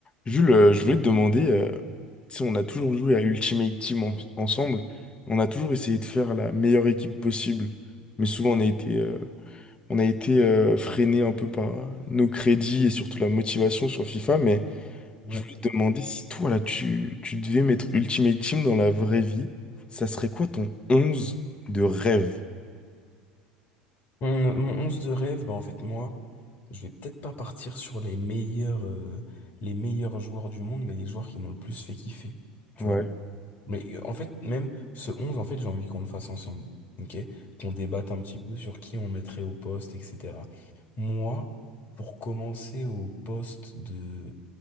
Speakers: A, on the left (about 25°); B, on the left (about 45°).
A: Jules, euh, je voulais te demander, euh, tu sais, on a toujours joué à Ultimate Team en- ensemble, on a toujours essayé de faire la meilleure équipe possible, mais souvent on a été, euh, on a été euh, freiné un peu par nos crédits et surtout la motivation sur FIFA, mais
B: Ouais.
A: je voulais te demander si toi, là, tu, tu devais mettre Ultimate Team dans la vraie vie, ça serait quoi ton 11 de rêve?
B: Mon, mon 11 de rêve, bah en fait, moi, je vais peut-être pas partir sur les meilleurs, euh, les meilleurs joueurs du monde, mais les joueurs qui m'ont le plus fait kiffer. Tu
A: Ouais.
B: vois? Mais euh, en fait, même ce 11, en fait, j'ai envie qu'on le fasse ensemble. Ok? Qu'on débatte un petit peu sur qui on mettrait au poste, etc. Moi, pour commencer au poste de,